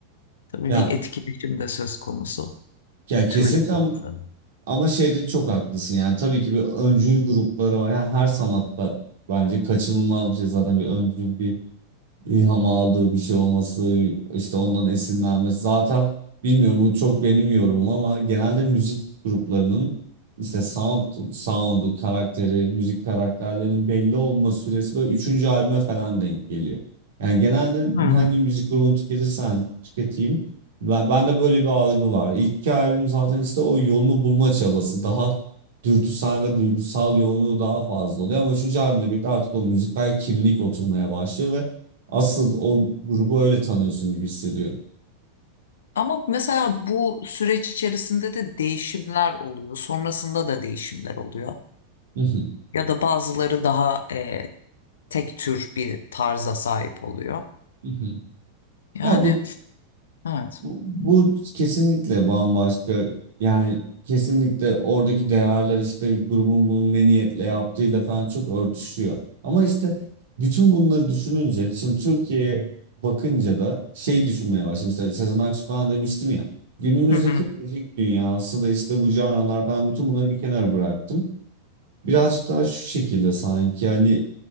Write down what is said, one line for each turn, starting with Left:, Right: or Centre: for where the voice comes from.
Left: Tabii
Right: Ya,
Left: bir etkileşim de söz konusu
Right: ya kesinlikle
Left: türler arasında.
Right: am- ama şeyde çok haklısın. Yani tabii ki bir öncül grupları var. Yani her sanatta bence kaçınılmaz bir şey zaten bir öncül bir ilham aldığı bir şey olması, işte ondan esinlenmesi. Zaten bilmiyorum bu çok benim yorumum ama genelde müzik gruplarının işte sound, sound'u, karakteri, müzik karakterlerinin belli olma süresi böyle üçüncü albüme falan denk geliyor. Yani genelde
Left: Hı.
Right: hangi müzik grubunu tüketirsen tüketeyim. Ben, bende böyle bir algı var. İlk iki albüm zaten işte o yolunu bulma çabası. Daha dürtüsel ve duygusal yoğunluğu daha fazla oluyor. Ama üçüncü albümle birlikte artık o müzikal kimlik oturmaya başlıyor ve Asıl o grubu öyle tanıyorsun gibi hissediyorum.
Left: Ama mesela bu süreç içerisinde de değişimler oluyor. Sonrasında da değişimler oluyor.
Right: Hı hı,
Left: Ya da bazıları daha e, tek tür bir tarza sahip oluyor.
Right: hı hı.
Left: Yani
Right: Ya bu,
Left: evet.
Right: bu bu kesinlikle bambaşka yani kesinlikle oradaki değerler işte grubun bunu ne niyetle yaptığıyla falan çok örtüşüyor. Ama işte bütün bunları düşününce şimdi Türkiye'ye bakınca da şey düşünmeye başladım. İşte Sezen Aksu falan demiştim ya. Günümüzdeki
Left: Hı hı.
Right: müzik dünyası da işte bu canlılar falan bütün bunları bir kenara bıraktım. Birazcık daha şu şekilde sanki hani